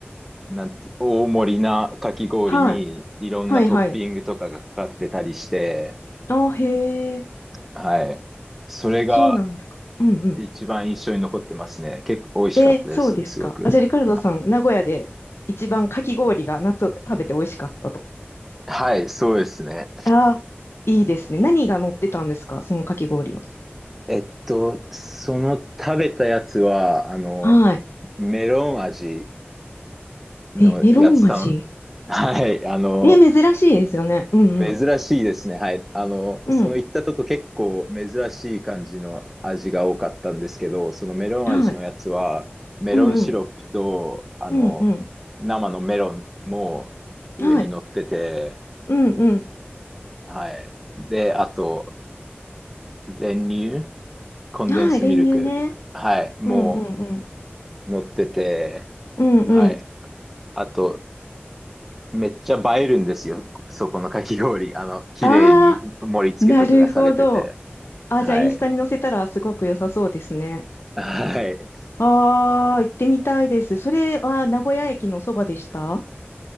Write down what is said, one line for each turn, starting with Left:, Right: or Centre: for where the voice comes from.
Centre: なんて、大盛りなかき氷にいろんなトッピングとかがかかってたりして、
Left: はい。はいはい。あ、へえ。
Centre: はい。それが
Left: そうなんですか。うん
Centre: 一番印象に残ってますね。結構美味しかったです、
Left: え、そうですか。
Centre: すごく。
Left: あ、じゃあ、リカルドさん、
Centre: あ
Left: 名古屋で一番かき氷が夏食べて美味しかったと。
Centre: はい、そうですね。
Left: ああ、いいですね。何が乗ってたんですかそのかき氷は。
Centre: えっと、その食べたやつは、あの、
Left: はい。
Centre: メロン味のやつ頼ん、
Left: え、メロン味。
Centre: はい、あの、
Left: え、珍しいですよね。うん
Centre: 珍しいですね。はい。あの、
Left: うん。
Centre: その行ったとこ結構珍しい感じの味が多かったんですけど、
Left: うん。
Centre: そのメロン味のやつは、
Left: はい。
Centre: メロンシロップと、
Left: うんうん。
Centre: あの、
Left: うんうん。
Centre: 生のメロンも上に乗ってて、
Left: はい。うんうん。
Centre: はい。で、あと、練乳、コンデンスミルク、
Left: はい。練乳ね。
Centre: はい。もう、
Left: うんうんうん。
Centre: 乗ってて、
Left: うんうん。
Centre: はい。あと、めっちゃ映えるんですよ。そこのかき氷。あの、綺麗に盛り付けとかがされてて。
Left: ああ、なるほど。あ、
Centre: はい。
Left: じゃあ、インスタに載せたらすごく良さそうですね。
Centre: はい。
Left: ああ、行ってみたいです。それは名古屋駅のそばでした